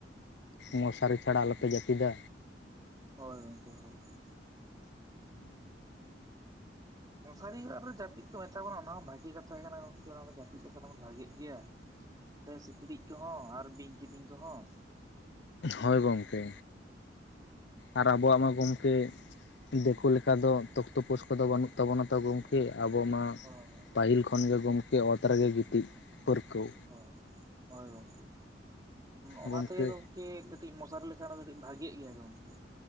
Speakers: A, on the left; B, on the right.
A: ᱢᱚᱥᱟᱨᱤ ᱪᱷᱟᱲᱟ ᱟᱞᱚ ᱯᱮ ᱡᱟᱯᱤᱫᱟ᱾
B: ᱦᱳᱭ ᱜᱚᱝᱠᱮ ᱦᱳᱭ ᱦᱳᱭ᱾ ᱦᱩᱸ᱾ ᱢᱚᱥᱟᱨᱤ <unintelligible> ᱨᱮ ᱡᱟᱹᱯᱤᱫ ᱠᱚ ᱢᱮᱛᱟ ᱵᱚᱱᱟ ᱚᱱᱟ ᱦᱚᱸ ᱵᱷᱟᱜᱤ ᱠᱟᱛᱷᱟ ᱠᱟᱱᱟ ᱜᱚᱝᱠᱮ, ᱚᱱᱟ ᱫᱚ ᱡᱟᱹᱯᱤᱫ ᱞᱮᱠᱷᱟᱱ ᱫᱚ ᱵᱚᱱ ᱵᱷᱟᱜᱤᱜ ᱜᱮᱭᱟ᱾ ᱛᱮ ᱥᱤᱠᱲᱤᱡ ᱠᱚᱦᱚᱸ ᱟᱨ ᱵᱤᱧ ᱠᱤᱫᱤᱧ ᱠᱚᱦᱚᱸ᱾
A: ᱦᱳᱭ ᱜᱚᱝᱠᱮ᱾ ᱟᱨ ᱟᱵᱚᱣᱟᱜ ᱢᱟ ᱜᱚᱝᱠᱮ ᱫᱤᱠᱳ ᱞᱮᱠᱟ ᱫᱚ ᱛᱚᱯ ᱛᱚᱯᱳᱥ ᱠᱚᱫᱚ ᱵᱟᱹᱱᱩᱜ ᱛᱟᱵᱚᱱᱟ ᱛᱚ ᱜᱚᱝ ᱠᱮ ᱟᱵᱚ ᱢᱟ
B: ᱦᱳᱭ
A: ᱯᱟᱹᱦᱤᱞ ᱠᱷᱚᱱ ᱜᱮ ᱜᱚᱝᱠᱮ ᱚᱛ ᱨᱮᱜᱮ ᱜᱤᱛᱤᱡ ᱯᱟᱹᱨᱠᱟᱹᱣ᱾
B: ᱦᱳᱭ, ᱦᱳᱭ ᱜᱚᱝᱠᱮ᱾ ᱚᱱᱟ
A: ᱜᱚᱢᱠᱮ
B: ᱛᱮᱜᱮ ᱜᱚᱝ ᱠᱮ ᱠᱟᱹᱴᱤᱡ ᱢᱚᱥᱟᱨᱤ ᱞᱮᱠᱷᱟᱱ ᱚᱱᱟ ᱫᱚ ᱠᱟᱹᱴᱤᱡ ᱵᱷᱟᱜᱤᱭᱮᱜ ᱜᱮᱭᱟ ᱜᱚᱝᱠᱮ᱾